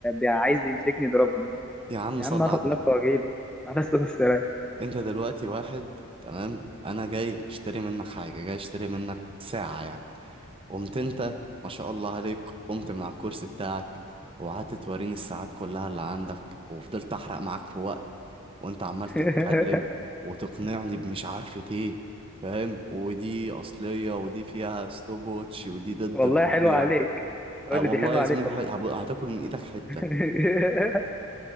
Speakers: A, in the centre; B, on the right (about 25°).
A: عايز يمسكني يضربني
B: يا عم
A: يا
B: صل
A: عم اخد
B: على النبي
A: لفه واجيلك على صوت السلام
B: انت دلوقتي واحد تمام انا جاي اشتري منك حاجة جاي اشتري منك ساعة يعني قمت انت ما شاء الله عليك قمت من على الكرسي بتاعك وقعدت توريني الساعات كلها اللي عندك وفضلت احرق معاك في وقت وانت عمال
A: <laughs>
B: تتكلم وتقنعني بمش عارفة ايه فاهم ودي اصلية ودي فيها ستوب ووتش ودي ضد
A: والله
B: المية
A: حلوه عليك يقول
B: أه والله
A: لي دي حلوه
B: يا
A: عليك
B: زميلي
A: والله
B: ح- هب- هتاكل من ايدك حتة
A: <laughs>